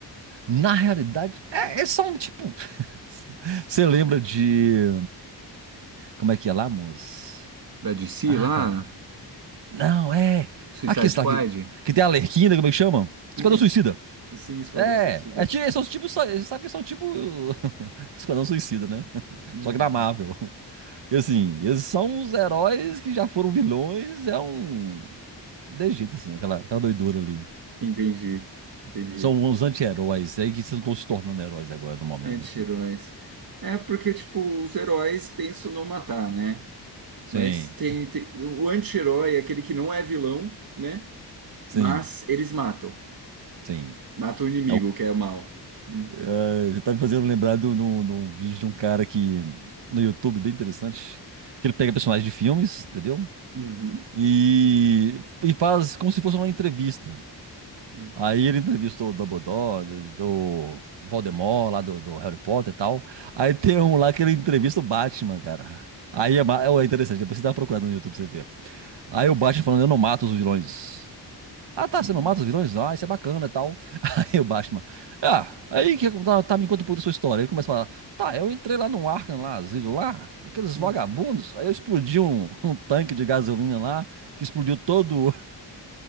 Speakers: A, on the right (about 80°); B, on the right (about 55°).
A: Na realidade, é, é só um tipo... <laughs> Você lembra de... Como é que é lá, moço?
B: Da DC
A: Ah,
B: lá,
A: cara. Não, é...
B: Suicide
A: Aqui, está,
B: Squad.
A: que, que tem a Arlequina, como é que chama?
B: Sim,
A: Esquadrão
B: é
A: Suicida.
B: su- sim, Esquadrão
A: É,
B: Suicida.
A: é, ti- são os tipos, você sabe que são tipo <laughs> Esquadrão Suicida, né? <laughs>
B: Uhum.
A: Só que na Marvel. E assim, eles são os heróis que já foram vilões, é um... De jeito, assim, aquela, aquela doidura ali.
B: Entendi, entendi.
A: São uns anti-heróis aí que estão se tornando heróis agora, no momento,
B: Anti-heróis.
A: assim, né?
B: É porque, tipo, os heróis pensam não matar, né?
A: Sim,
B: Mas tem, tem- o anti-herói é aquele que não é vilão, né?
A: sim,
B: Mas eles matam.
A: sim.
B: Matam o inimigo,
A: É o-
B: que é o mal. Uhum.
A: é, você tá me fazendo lembrar de um de um- de um vídeo de um cara que... No YouTube, bem interessante. Que ele pega personagens de filmes, entendeu?
B: Uhum.
A: E, e faz como se fosse uma entrevista.
B: Uhum.
A: Aí ele entrevistou o Dumbledore, entrevistou o Voldemort lá do, do Harry Potter e tal. Aí tem um lá que ele entrevista o Batman, cara. Aí é, ma- é é interessante, depois você dá uma procurada no YouTube pra você ver.
B: Nossa.
A: Aí o Batman falando, eu não mato os vilões. Ah tá,
B: Uhum.
A: você não mata os vilões? Ah, isso é bacana e tal. <laughs> Aí o Batman, ah, aí que tá, tá, me conta um pouco da sua história. Ele começa a falar, tá, eu entrei lá no Arkham, lá, asilo lá, aqueles
B: Uhum.
A: vagabundos, aí eu explodi um, um tanque de gasolina lá, que explodiu todo